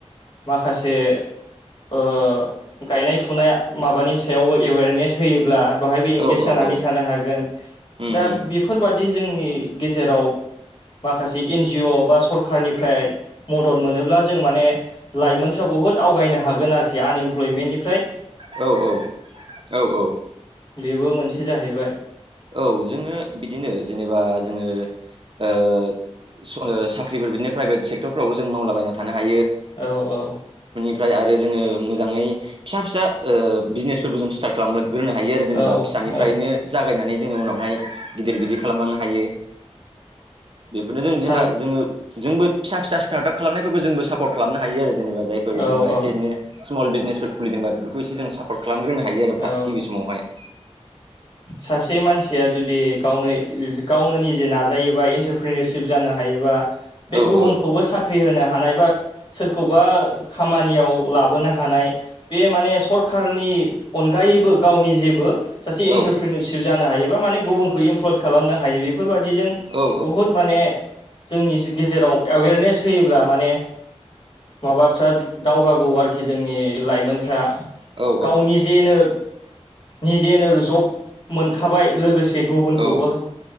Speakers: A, on the left; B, on the right.
A: माखासे ओ गायनाय फुनाय माबानि सायावबो एवेरनेस होयोब्ला। बेहायबो एंगेज
B: औ औ
A: जानानै
B: औ
A: थानो हागोन
B: उम
A: दा
B: उम
A: बेफोरबादि जोंनि गेजेराव माखासे एनजअ' बा सरखारनिफ्राय मदद मोनोब्ला जों माने लाइमोनफ्राबो बहुद आवगायनो हागोन आरोखि आन इमप्लयमेन्टनिफ्राय
B: औ औ औ औ।
A: बेबो मोनसे जाहैबाय।
B: औ जोङो बिदिनो जेनेबा जोङो ओ साख्रिफोर बिदिनो प्राइभेट सेक्टरफ्रावबो जों मावलाबाय थानो हायो।
A: औ औ।
B: ओमफ्राय आरो जोङो मोजाङै फिसा फिसा ओ बिजनेसफोरबो जों स्टार्ट खालाम ग्रोनो हायो आरो जेनेबा
A: औ
B: फिसानिफ्रायनो
A: औ
B: जागायनानै जोङो उनावहाय गिदिर बिदिर खालामलांनो हायो। बेफोरनो जों
A: सा
B: जेनेबा जोङो जोंबो फिसा फिसा स्टार्टआप खालामनायफोरखौ जोंबो सापर्ट खालामनो हायो आरो ज जेनेबा जायफोर जेनबा
A: औ औ
B: इसे एनै स्मल बिजनेसफोर खुलिदोंबा बेफोरखौ जों एसे जों सापर्ट खालामग्रोनो हायो आरो
A: औ
B: फार्स्ट गिबि समावहाय।
A: सासे मानसिया जुदि गावनो गावनो निजजि नाजायोबा इन्टारप्रिनिरशिप जानो हा हायोबा बे
B: औ
A: गुबुनखौबो
B: औ
A: साख्रि होनो हानाय बा सोरखौबा खामानियाव लाबोनो हानाय बे माने सरखारनि अनगायै यैबो गावनि जेबो सासे एनथारफ्रनिरसिब
B: औ
A: हायोबा माने गुबखौ एफ्रुब खालामनो हायो। बेफोरबायादिजों
B: औ
A: बहुद माने जोंनि जि गेजेराव एवेरनेस होयोब्ला माने माबाफ्रा दावगागौ आरोखि जोंनि लाइमोनफ्रा।
B: औ
A: गाव निजेनो निजेनो जब मोनखाबाय लोगोसे से गुबुनखौबो
B: औ